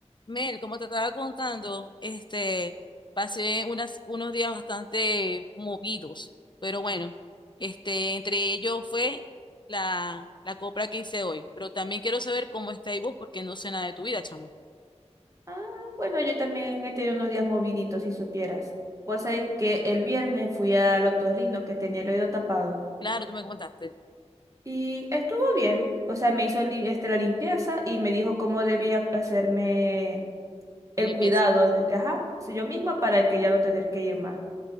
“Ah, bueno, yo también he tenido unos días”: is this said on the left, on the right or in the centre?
Right